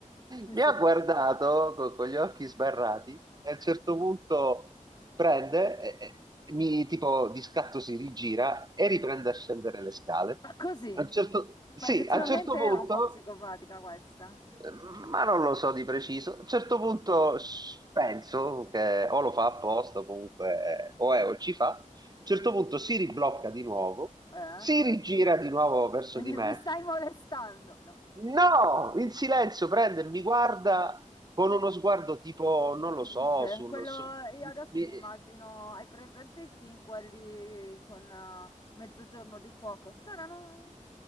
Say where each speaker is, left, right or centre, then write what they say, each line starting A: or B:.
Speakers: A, on the right; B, on the left.
A: Mi
B: Sì.
A: ha guardato co- con, gli occhi sbarrati e a un certo punto prende, e, e mi tipo di scatto si rigira e riprende a scendere le scale.
B: Ma così?
A: A un certo, sì,
B: Ma effettivamente
A: a un certo
B: era
A: punto
B: un po' psicopatica questa.
A: Ehm, ma non lo so di preciso. A un certo punto s- penso che o lo fa apposta, o comunque eh, o è o ci fa. A un certo punto si riblocca di nuovo,
B: Eh?
A: si rigira di nuovo verso
B: <laughs> Mi
A: di me.
B: stai molestando? No.
A: No! In silenzio prende e mi guarda con uno sguardo tipo, non lo
B: Truce.
A: so, sul...
B: Quello,
A: su-
B: io adesso
A: mi-
B: mi immagino, hai presente i film, quelli con eh, Mezzogiorno di fuoco? Tarana!